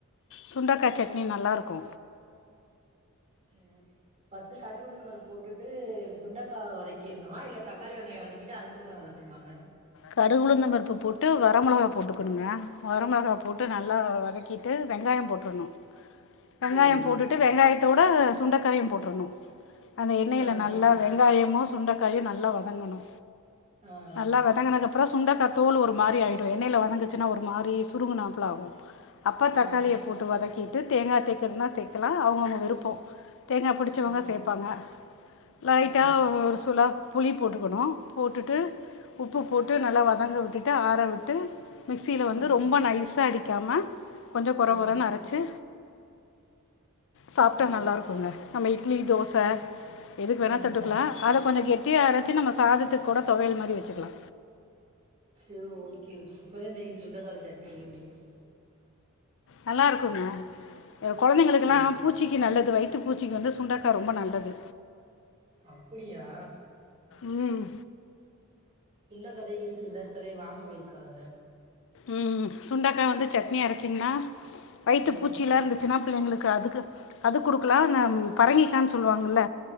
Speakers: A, on the left; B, on the right.
A: சுண்டக்கா சட்னி நல்லாருக்கு
B: ம் ஃபர்ஸ்ட்டு கடுகு உளுந்தம்பருப்பு போட்டுட்டு சுண்டக்கா வதக்கிடணுமா இல்ல தக்காளி வெங்காய வதக்கிட்டு அதுக்கப்புறோ வதக்கணுமாங்க
A: கடுகுளுந்தம்பருப்பு போட்டு வர மிளகா போட்டுக்கணுங்க வரமிளகா போட்டு நல்லா வதக்கிட்டு வெங்காயோ போட்ருணு வெங்காயோ
B: சேரி
A: போட்டுட்டு வெங்காயத்தோட சுண்டைக்காயு போட்ரணு அந்த எண்ணெயில
B: ஆ
A: நல்லா
B: சேரி
A: வெங்காயமு சுண்டக்காயு நல்லா வதங்கணு
B: ஆ ஆ
A: நல்லா வதங்கினது அப்புறோ சுண்டைக்கா தோல் ஒரு மாரி ஆயிடு எண்ணெயில வதங்குச்சுன்னா ஒரு மாரி சுருங்குநாப்ல ஆகு அப்பா
B: ஆ
A: தக்காளிய போட்டு வதக்கிட்டு தேங்கா தைக்கிறதுனா தைக்கலா அவங்கவுங்க விருப்போ தேங்கா பிடிச்சவங்க
B: ஆ
A: சேப்பாங்க லைட்டா
B: ஆ ஆ
A: ஒரு சுளா புளி போட்டுக்கனு போட்டுட்டு உப்பு போட்டு நல்லா வதங்கவிட்டுட்டு ஆற விட்டு மிக்சியில வந்து
B: ஆ
A: ரொம்ப நைஸாக அடிக்காம கொஞ்சோ கொர
B: ஆ
A: கொரன்னு அரச்சி சாப்ட்டா
B: ஓ
A: நல்லா இருக்குங்க நம்ம இட்லி தோச எதுக்கு வேணா
B: ம்
A: தொட்டுக்கலா
B: ம்
A: அத கொஞ்ச கெட்டியா அரைச்சு நம்ம சாதத்துக்கு கூட தொவயல் மாறி வச்சுக்கலா
B: ச ஓகே இப்பதா தெரியு சுண்டக்கால சட்னி வக்க முடியும்னு
A: நல்லா இருக்குங்க குழந்தைங்களுக்கெல்லா
B: சேரி
A: பூச்
B: சே
A: பூச்சிக்கு நல்லது வயித்து பூச்சிக்கு வந்து சுண்டக்கா ரொம்ப நல்லது
B: அப்டியா
A: ம்
B: சுண்டக்காதே இருக்கு இந்தா இப்போதை வாங்க போயிருக்காங்க
A: ம் சுண்டைக்கா வந்து சட்னி அரைச்சிங்கன்னா வயித்து
B: ம்
A: பூச்சியிலா இருந்துச்சுன்னா பிள்ளைங்களுக்கு அதுக்கு அது குடுக்கலா அந்த பரங்கிக்கான்னு சொல்லுவாங்கல்ல